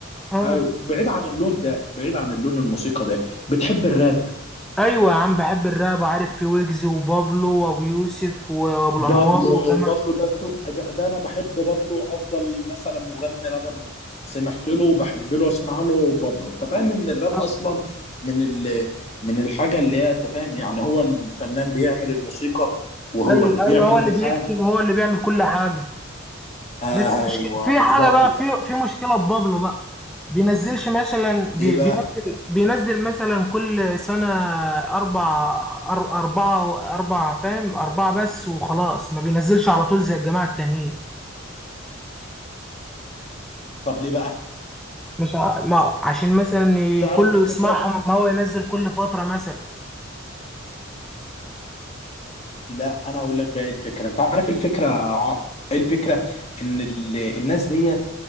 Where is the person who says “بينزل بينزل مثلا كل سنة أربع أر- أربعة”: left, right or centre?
Centre